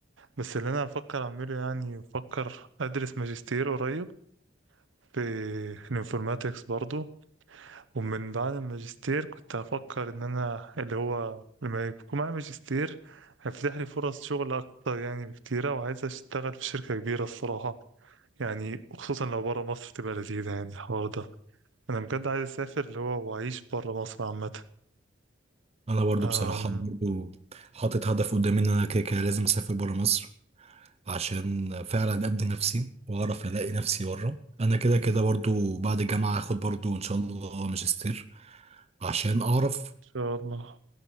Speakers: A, on the right (about 70°); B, on the right (about 30°).
A: بس اللي أنا بفكر أعمله يعني بفكر أدرس ماجستير قريب في الانفورماتكس برضو ومن بعد الماجستير كنت هفكر ان انا اللي هو لما يكون معايا ماجستير هيفتح لي فرص شغل اكتر يعني بكتيرة وعايز اشتغل في شركة كبيرة الصراحة يعني وخصوصا لو برا مصر تبقى لذيذة يعني الحوار ده انا بجد عايز اسافر اللي هو واعيش برا مصر عامة
B: انا برضو
A: أم،
B: بصراحة
A: ان
B: برضو حاطط هدف قدامي ان انا كده كده لازم اسافر برا مصر عشان فعلا ابني نفسي واعرف الاقي نفسي بره انا كده كده برضو بعد الجامعة هاخد برضو ان شاء الله ماجستير عشان اعرف
A: شاء الله